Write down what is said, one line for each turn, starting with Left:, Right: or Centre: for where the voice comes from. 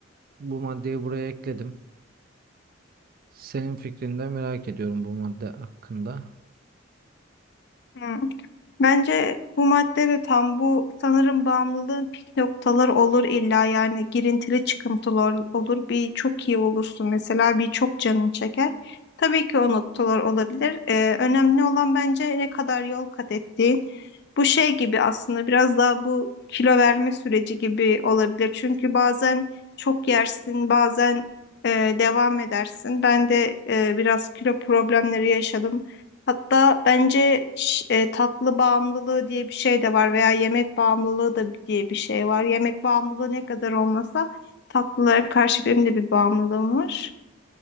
Right: bu maddeyi buraya ekledim. Senin fikrini de merak ediyorum bu madde hakkında.
Left: Hı. Bence bu madde de tam bu sanırım bağımlılığın pik noktaları olur illa yani girintili çıkıntılı ol- olur. Bir çok iyi olursun mesela bir çok canın çeker. Tabii ki o noktalar olabilir. Ee, önemli olan bence ne kadar yol kat ettiğin. Bu şey gibi aslında biraz daha bu kilo verme süreci gibi olabilir. Çünkü bazen çok yersin bazen e, devam edersin. Ben de e, biraz kilo problemleri yaşadım. Hatta bence ş- e, tatlı bağımlılığı diye bir şey de var veya yemek bağımlılığı da diye bir şey var. Yemek bağımlılığı ne kadar olmasa tatlılara karşı benim de bir bağımlılığım var